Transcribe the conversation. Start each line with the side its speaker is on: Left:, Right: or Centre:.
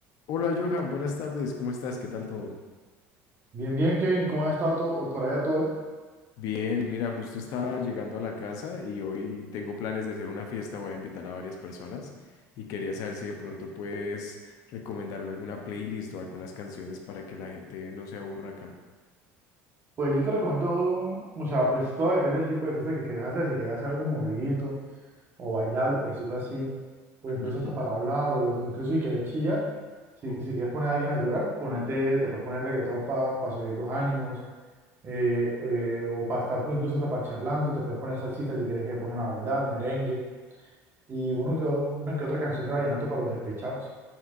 Left: Hola Johan, buenas tardes, ¿cómo estás? ¿Qué tal todo?
Right: Bien, bien, Kevin, ¿cómo has estado todo, por allá todo? bien?
Left: Bien, mira, justo estaba llegando a la casa y hoy tengo planes de hacer una fiesta, voy a invitar a varias personas y quería saber si de pronto puedes recomendarme alguna playlist o algunas canciones para que la gente no se aburra acá.
Right: Pues yo te recomiendo, o sea, pues todo depende del tipo de fiesta que quieras hacer, si quieres hacer algo movidito o bailable, por decirlo así, o incluso
Left: Ujú.
Right: hasta para hablar, o incluso si quieres chillar,
Left: <laughs>
Right: si, si quieres poner a alguien a llorar, ponete, te puedes poner reggaetón para subir los ánimos, eh, eh, o para estar, incluso hasta para charlando, te puedes poner salsita si quieres que te pongan a bailar, merengue, y uno que, o- una que otra canción de vallenato para los despechados.